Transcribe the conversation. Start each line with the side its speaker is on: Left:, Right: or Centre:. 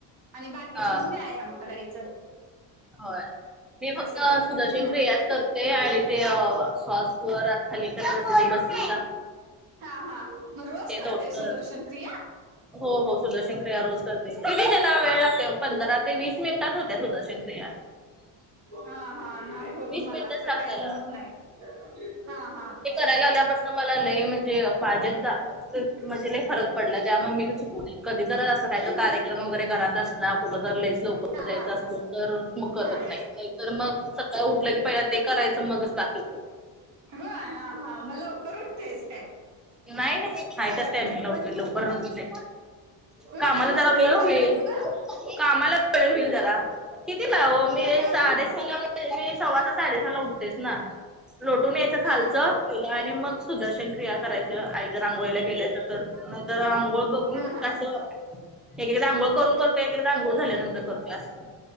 Right: आणि बाकीच
Centre: हा
Right: मग व्यायाम करायचं
Centre: होय मी फक्त
Right: असं करते
Centre: सुदर्शन
Right: हम्म
Centre: क्रियासच करते आणि ते श्वास खाली करायला मस्तचा
Right: हा हा मग रोज
Centre: ते
Right: करते
Centre: तोडत
Right: सुदर्शन क्रिया
Centre: हो हो सुदर्शन क्रिया रोज करते तिथे त्यांला वेळ लागते पंधरा ते वीस मिनिटात होते सुदर्शन ते
Right: हा हा नाही होत मला
Centre: मिनिटं सांगा.
Right: तर काही जमत नाही हा हा
Centre: जालाल्यापासून मला लय म्हणजे पाजक म्हजेला फरक पडला त्यामुळे मी चुक कधीतर असं कात कार्यक्रम वगैरे घरात असला कुठ ज लईच लवकर
Right: हा
Centre: जायचं
Right: हा
Centre: असलं तर मग करत
Right: हा
Centre: नाही नाहीत मग उठलं की पहि ते करायचं मगच दाच
Right: ग हा हा मला कर उटतेच काय
Centre: नाही नाही खायच टयमंग लव ल
Right: व्हय
Centre: कामाला
Right: मग
Centre: जरा
Right: कधी
Centre: वेळ होईल
Right: करतेस ग?
Centre: कामाला वेळ होईल जरा किती लाव मी
Right: हा
Centre: साडेस
Right: हा.
Centre: मी सव्वाच्या साडेसहा ला उठतेस ना रोटून या्यायचं खालचं
Right: हा
Centre: आणि मग सुदर्शन क्रिया करायचं आई जर आंघोळीला गेलायच तरर आंघोळ
Right: हा हा
Centre: तस एक एकदा अंघोळ करून करतोय एक एकदा अंघोळ झाल्यानंतर करतोय असं